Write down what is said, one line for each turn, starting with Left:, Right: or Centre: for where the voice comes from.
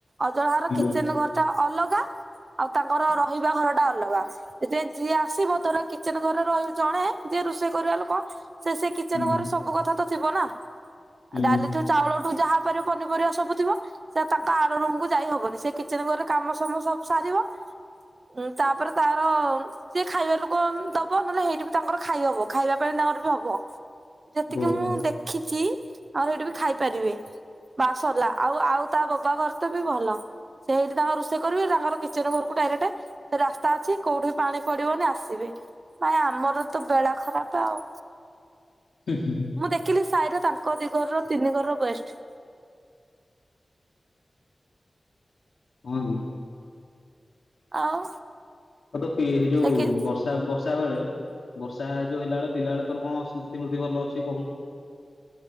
Right: ଅଜଣା ହର
Left: ହୁଁ
Right: କିଚେନ୍ ଘର ତା ଅଲଗା ଆଉ ତାଙ୍କର ରହିବା ଘର ଟା ଅଲଗା। ଯେ ଯିଏ ଆସିବ ଧର କିଚେନ୍ ଘରେ ର ଜଣେ ଯିଏ ରୋଷେଇ କରିବା ଲୋକ ସେ ସେ କିଚେନ୍
Left: ହୁଁ।
Right: ଘରେ ସବୁ କଥା ତ ଥିବ ନା।
Left: ହୁଁ
Right: ଡାଲି ଠୁ ଚାଉଳଠୁ ଯାହା ପାରିବ ପନି ପିରିବା ସବୁ ଥିବ। ସେ ତାଙ୍କ ଆର ରୁମକୁୁ ଯାଇ ହବନି ସେ କିଚେନ୍ ଘରେ କାମ ସବୁ ସାରିବ ଉଁ ତାପରେ ତାର ଯିଏ ଖାଇବା ଲୋକ ଦବ ନଲେ ହେଇଠି ବି ତାଙ୍କର ଖାଇ ହବ ଖାଇବା ପାଇଁ ତାଙ୍କର ବି ହବ। ଯେତିକି
Left: ଓହୋ ହୁଁ
Right: ମୁଁ ଦେଖିଚି ଆଉ ହେଠି ବି ଖାଇପାରିବେ। ବାସ ସରିଲା ଆଉ ଆଉ ତା ବୋବା ଘର ତ ବି ଭଲ। ସେଇଠି ତାଙ୍କ ରୁଷେଇ କରିବି ତାଙ୍କର କିଚେନ୍ ଘରକୁ ଡାଇରେଟେ ରାସ୍ତା ଅଛି କୋଉଠି ପାଣି ପଡିବନି ଆସିବେ‌। ପାଇଁ ଆମର ତ ବେଳା ଖରାପ ଆଉ।
Left: ହୁଁ ହୁଁ।
Right: ମୁଁ ଦେଖିଲି ସାଇରେ ତାଙ୍କ ଦିଘର ର ତିନି ଘର ର ବେଷ୍ଟ୍।
Left: <unintelligible>
Right: ଆଉ।
Left: ଆଉ ତ ପିଏରେ ଯୋଉ
Right: ସେ
Left: ବର୍ଷ
Right: କି
Left: ବର୍ଷା ବର୍ଷା ବେଳେ ବର୍ଷା ଯୋଉ ହେଲା ବେଳେ ପିଲାବେଳେ ତୋର କଣ ସ୍ମୃତି ଫୂର୍ତ୍ତି ଭଲ ଅଛି କହୁନୁ?